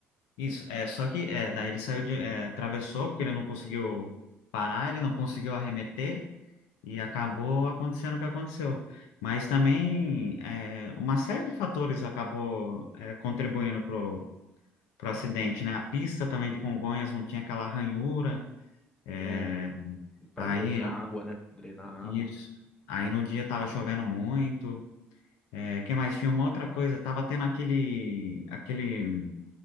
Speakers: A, on the left; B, on the left.
A: Isso, é, só que é, daí ele saiu de, é, atravessou, porque ele não conseguiu
B: Uhum.
A: parar, ele não conseguiu arremeter, e acabou acontecendo o que aconteceu. Mas também é, uma série de fatores acabou é, contribuindo pro, pro acidente, né? A pista também de Congonhas não tinha aquela ranhura,
B: É,
A: é,
B: pra
A: aí
B: drenar água, né? Drenar água.
A: isso, aí no dia tava chovendo muito, é, que mais tinha uma outra coisa, tava tendo aquele, aquele